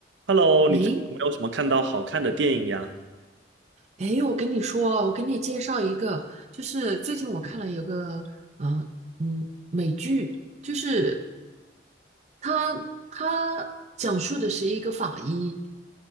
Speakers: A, on the right; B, on the right.
A: Hello，
B: 诶
A: 你最近有没有什么看到好看的电影呀？
B: 诶，我跟你说啊，我给你介绍一个，就是最近我看了有个，嗯、嗯，美剧，就是它它讲述的是一个法医，